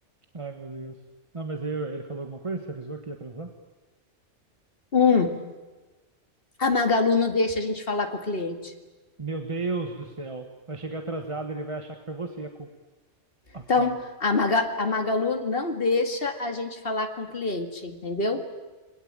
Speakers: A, on the right; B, on the left.
A: Ai, meu Deus. Não, mas aí ele falou alguma coisa? Você avisou que ia atrasar?
B: Um, a Magalu não deixa a gente falar com o cliente.
A: Meu Deus do céu. Vai chegar atrasado, ele vai achar que foi você a culp- a culpada.
B: Então, a, Maga- a Magalu não deixa a gente falar com o cliente, entendeu?